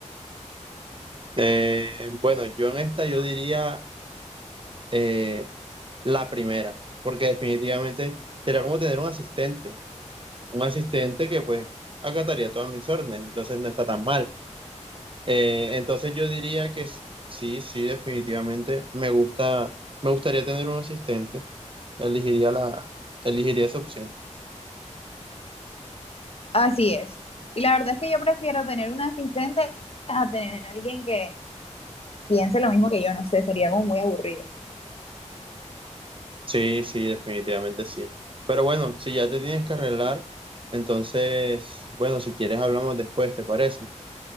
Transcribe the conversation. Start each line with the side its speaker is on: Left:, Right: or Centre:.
Right: Eh, bueno, yo en esta yo diría eh, la primera, porque definitivamente sería como tener un asistente, un asistente que pues acataría todas mis órdenes, entonces no está tan mal. Eh, entonces yo diría que s- sí, sí, definitivamente me gusta, me gustaría tener un asistente, elegiría la, elegiría esa opción.
Left: Así es. Y la verdad es que yo prefiero tener un asistente a tener a alguien que piense lo mismo que yo. No sé, sería como muy aburrido.
Right: Sí, sí, definitivamente sí. Pero bueno, si ya te tienes que arreglar, entonces, bueno, si quieres hablamos después, ¿te parece?